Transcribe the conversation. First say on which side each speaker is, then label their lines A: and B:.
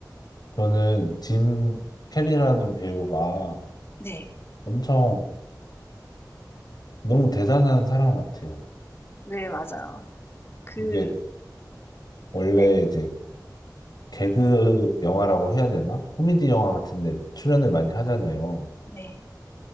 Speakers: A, on the left; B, on the left.
A: 저는 짐 캐리라는 배우가
B: 네.
A: 엄청 너무 대단한 사람 같아요.
B: 네, 맞아요. 그,
A: 이게 원래
B: 네,
A: 이제 개그 영화라고 해야 되나? 코미디 영화 같은데 출연을 많이 하잖아요.
B: 네.